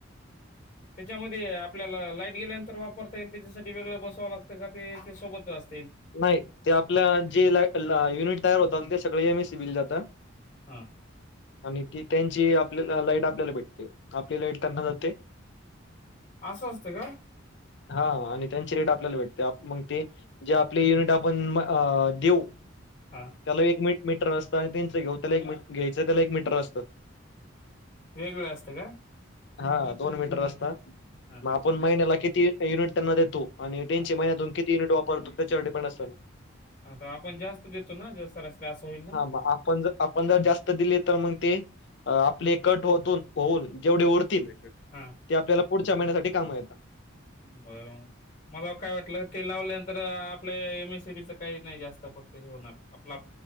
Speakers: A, on the left; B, on the left.
A: त्याच्यामध्ये आपल्याला लाईट गेल्यानंतर वापरता येईल त्याच्यासाठी वेगळं बसावं लागतं का ते सोबतच अस
B: नाही ते आपल्या जे युनिट तयार होतात ते सगळं एम ए सी बील जात.
A: हा.
B: आणि ते त्यांची आपल्याला लाईट आपल्याला भेटते आपली लाईट त्यांना जाते.
A: असं असतं का?
B: हा आणि त्यांची रेट आपल्याला भेटते मग ते जे आपले युनिट आपण देऊ त्याला
A: हा.
B: एक मिनिटं मीटर असतं आणि तच घेऊ त्या एक घ्यायचं त्याला एक मीटर असतं.
A: वेगवेळ असतं का?
B: हा दोन मीटर असतात.
A: हा
B: मग
A: हा
B: आपण महिन्याला किती युनिट त्यांना देतो. आणि टीन
A: हा
B: महिन्यातून किती युनिट वापरतो. त्याच्यावर डिपेंड असेल.
A: आता आपण जास्त देतो ना जर सरासरी असं होईल ना
B: हा मग आपण जर आपण जर जास्त दिले तर मग ते अ आपले कट होतून होऊन जेवढे उरतील ते
A: हा
B: आपल्याला पुढच्या महिन्यासाठी काम येत.
A: बर मला काय वाटलं ते लावल्यानंतर आपल्या एम एसीपीच काही नाही जास्त फक्त हे होणार आपलं